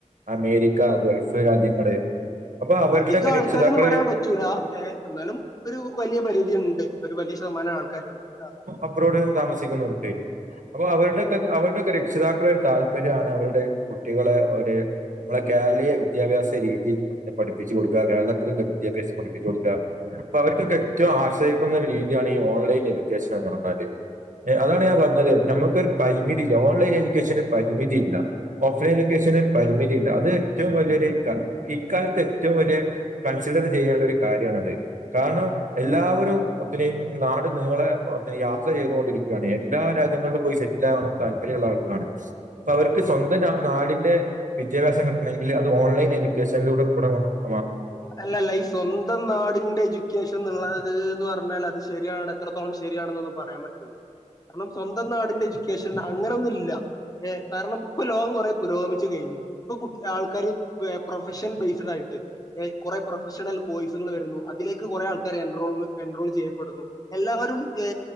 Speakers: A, on the right (about 75°); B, on the left (about 30°).
A: അമേരിക്ക ഗൾഫ് രാജ്യങ്ങള്. അപ്പൊ അവരുടെയൊക്കെ
B: അധികാൾക്കാര്ന്ന്
A: രക്ഷിതാക്കളൊരു
B: പറയാൻ പറ്റൂല ഏ എന്നാലും. ഒരു വലിയ പരിധിയുണ്ട് ഒരു വലിയ ശതമാനം ആൾക്കാരുണ്ട് താ
A: അബ്റോഡ് താമസിക്കുന്നോർക്ക്. അപ്പൊ അവരുടെക്കെ അവരുടെക്കെ രക്ഷിതാക്കള ഒരു താല്പര്യമാണ് അവരുടെ കുട്ടികളെ ഒര് നമ്മളെ കേരളീയ വിദ്യാഭ്യാസ രീതി ഒ പഠിപ്പിച്ചച്ച് കൊടുക്കുക കേരളത്തിലുള്ള വിദ്യാഭ്യാസം പഠിപ്പിച്ചു കൊടുക്കുക. അപ്പൊ അവർക്കൊക്കെ ഏറ്റം ആശ്രയിക്കുന്ന രീതിയാണ് ഈ ഓൺലൈൻ എഡ്യൂക്കേഷൻ എന്ന് പറഞ്ഞാല്. എ അതാണ് ഞാൻ പറഞ്ഞത് നമ്മുക്കൊരു പരിമിതി ഇല്ല ഓൺലൈൻ എഡ്യൂക്കേഷന് പരിമിതി ഇല്ല. ഓഫ്ലൈൻ എഡ്യേഷൻ ഒരു പരിമിതിണ്ട് അത്ഏറ്റവും വലിയൊരു ക കി ഇക്കാലത്ത് ഏറ്റവും വലിയ കൺസിഡറി ചെയ്യേണ്ട ഒരു കാര്യാണത്. കാരണം എല്ലാവരും ഒത്തിരി നാട്നീളെ ഒത്തിരി യാത്ര ചെയ്തുകൊണ്ടിരിക്കും. ക്കാണ് എല്ലാ രാജ്യങ്ങളിലും പോയി സെറ്റ്ലാവാള്ള താല്പര്യള്ള ആളുകളാണ് അപ്പവര്ക്ക് സ്വന്തം ആ നാടിന്റെ വിദ്യാഭ്യാസം കിട്ടണെങ്കിൽ അത് ഓൺലൈൻ എഡ്യൂക്കേഷനിലൂടെ കൂടെ വാ
B: അല്ലല്ല ഈ സ്വന്തം നാടിന്റെ എജുക്കേഷൻന്നുള്ളത്ന്ന് ർഞ്ഞാലത് ശെരിയാണ് എത്രത്തോളം ശെരിയാണെന്നൊന്നും പറയാൻ പറ്റൂല ര്ണം സ്വന്തം നാടിന്റെ എജുക്കേഷൻ അങ്ങനൊന്നില്ല ഏ കാരണംപ്പം ലോകം കൊറെ പുരോഗമിച്ച് കയ്ഞ്ഞു ഇപ്പൊ കു ആൾക്കാര് എ പ്രൊഫഷൻ ബെയ്സ്ഡായിട്ട് എ കൊറെ പ്രൊഫഷണൽ കോഴ്സുകൾ വെര്ന്നു അതിലേക്ക് കൊറെ ആൾക്കാര് എൻറോവ് എൻറോൾ ചെയ്യപ്പെടുന്നു എല്ലാവരും ഏ